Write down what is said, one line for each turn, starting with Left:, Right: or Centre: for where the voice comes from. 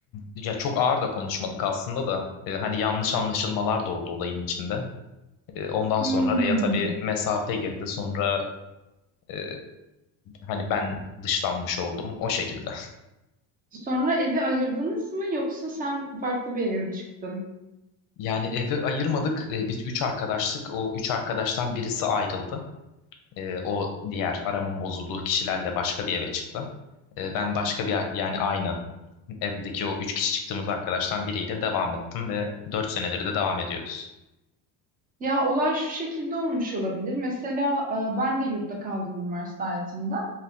Left: ya çok ağır da konuşmadık aslında da E, hani yanlış anlaşılmalar da oldu olayın içinde. E, ondan
Right: Hmm.
Left: sonra araya tabii mesafe girdi. Sonra e, hani ben dışlanmış oldum o şekilde.
Right: Sonra evi ayırdınız mı yoksa sen farklı bir eve mi çıktın?
Left: Yani evi ayırmadık. Ee, biz üç arkadaştık. O üç arkadaştan birisi ayrıldı. Ee, o diğer aramın bozulduğu kişilerle başka bir eve çıktı. Ee, ben başka bir yani aynı evdeki o üç kişi çıktığımız arkadaştan biriyle devam ettim ve dört senedir de devam ediyoruz.
Right: Ya olay şu şekilde olmuş olabilir. Mesela e, ben de yurtta kaldım üniversite hayatımda.